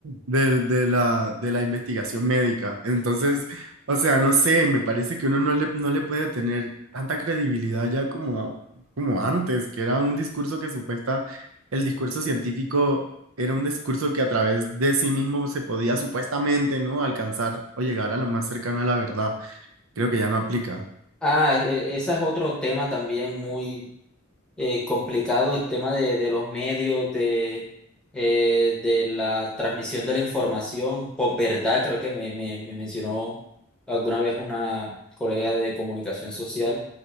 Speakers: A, on the right (about 75°); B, in the centre.
A: de, de la, de la investigación médica. Entonces, o sea, no sé, me parece que uno no le, no le puede tener tanta credibilidad ya como, a- como antes, que era un discurso que supuesta el discurso científico era un discurso que a través de sí mismo se podía supuestamente, ¿no? Alcanzar o llegar a lo más cercano a la verdad. Creo que ya no aplica.
B: Ah, e- ese es otro tema también muy eh, complicado, el tema de, de los medios, de, eh, de la transmisión de la información, por verdad, creo que me, me, me mencionó alguna vez una colega de comunicación social,